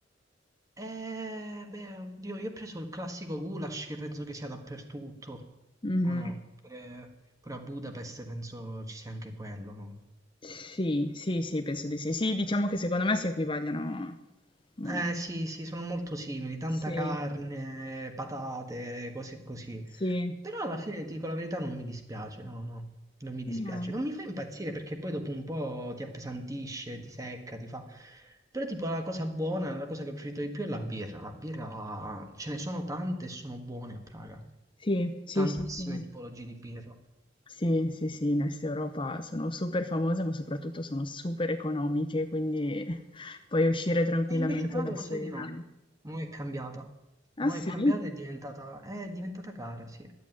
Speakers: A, on the right; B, on the left.
A: Eh, beh, oddio, io ho preso il classico goulash che penso che sia dappertutto,
B: Mhm.
A: o no? Pure, pure a Budapest penso ci sia anche quello, no?
B: Sì, sì, sì, penso di sì. Sì, diciamo che secondo me si equivagliano molto.
A: Eh sì, sì, sono molto simili, tanta
B: Sì,
A: carne, patate, cose così.
B: sì.
A: Però alla fine, ti dico la verità, non mi dispiace, no, no, non mi dispiace.
B: No.
A: Non mi fa impazzire perché poi dopo un po' ti appesantisce, ti secca, ti fa... Però tipo la cosa buona, la cosa che ho preferito di più è la birra. La birra, ce ne sono tante e sono buone a Praga.
B: Sì, sì,
A: tantissime
B: sì, sì.
A: tipologie di birra.
B: Sì, sì, sì, in Est Europa sono super famose, ma soprattutto sono super economiche, quindi <laughs> puoi uscire tranquillamente
A: E invece Praga
B: la
A: lo
B: sera.
A: sai di no. Mo' è cambiata.
B: Ah,
A: Mo'
B: sì?
A: è cambiata e è diventata, è diventata cara, sì.